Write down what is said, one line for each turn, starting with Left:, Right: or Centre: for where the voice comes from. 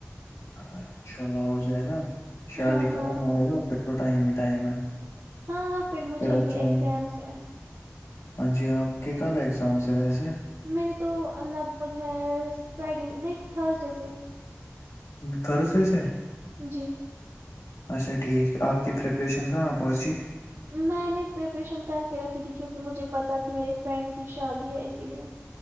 Left: ہاں انشاء اللہ ہو جائے گا ش
Right: ہاں
Left: دکھا
Right: ہاں
Left: تھا م نے تو پھر اس ٹائم ہی ٹائم ہے
Right: ہاں پھر مجھے
Left: آج
Right: بھی
Left: جائیں
Right: ایگزام
Left: گے
Right: سے
Left: ہاں جی آپ کے کب ایگزامس ہے ویسے
Right: میرری تو لگ بھگ ہے فرائیڈے نہیں تھرس ڈے سے
Left: تارےج رہس
Right: جی
Left: اچھا ٹھیک آپ کی پریپریشن کہاں پہنچی
Right: میں نے پریپریشن کر کے رکھی تھی کیونکہ مجھے پتا تھی میری فرینڈ کی شادی ہے اسی لیے